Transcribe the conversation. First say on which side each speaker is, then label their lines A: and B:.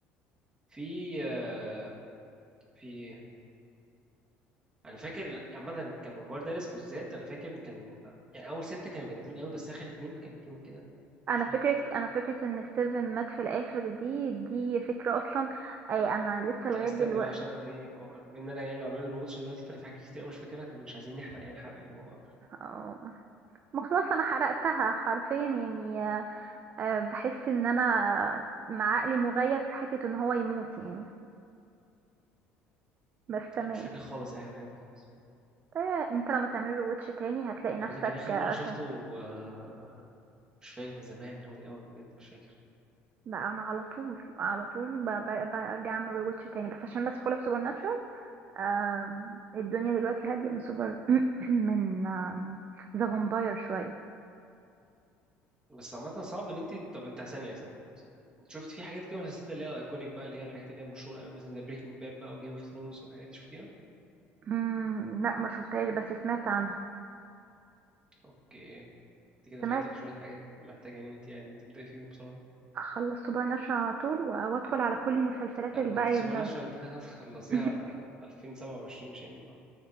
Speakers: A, on the right; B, on the right.
A: في آه، في ايه انا فاكر عامه كممر دارس بالذات انا فاكر ان كان يعني اول سته كانوا جامدين قوي بس اخر اتنين كان فيهم كده
B: انا
A: شويه
B: فكرة انا فكرة ان ستيفن مات في الاخر دي دي فكرة اصلا اي انا لسه
A: لا
B: لغاية
A: استني
B: دلوقتي
A: بقى عشان انا ايه ما هو- ان انا يعني بعمل له روتش دلوقتي فانا في حاجات كتير أوي مش فاكرها فمش عايزين نحرق يعني حرق اللي هو
B: آه، ما خلاص انا حرقتها حرفيا يعني آه، آه، بحس ان انا مع عقلي مغيب في حتة ان هو يموت يعني بس تمام
A: انا مش فاكر خالص اي حاجه من الحاجات دي خالص
B: ايوه انت لما تعملي روتش تاني هتلاقي
A: لان
B: نفسك
A: انا كان اخر
B: آه،
A: مره شفته
B: ش-
A: آه، مش فاكر من زمان قوي قوي بجد مش فاكر
B: بقى انا على طول على طول ب- ب- برجع اعمل روتش تاني بس عشان مسحولة في سوبر ناتشورال آم، الدنيا دلوقتي هادية من سوبر <clears throat> من ذا فامباير شوية
A: بس عامة صعب ان انت طب انت ثانية ثانية طب ثانية انت شفت في حاجات كده مسلسلات اللي هي الايكونيك بقى اللي هي الحاجات اللي هي مشهورة قوي مثلا زي بريكنج باد بقى وجيم اوف ثرونز والحاجات دي شفتيها؟
B: مم، لا ما شفتهاش بس سمعت عنها
A: اوكي انت كده
B: سمعت
A: فايتك شوية حاجات محتاجة ان انت يعني تبدأي فيهم بصراحة
B: اخلص سوبر ناتشورال على طول و- وادخل على كل المسلسلات
A: لا
B: الباقية
A: ما هو انت سوبر
B: بجد
A: ناتشورال <laughs> ده هتخلصيها
B: <laughs>
A: على 2027 مش هينفع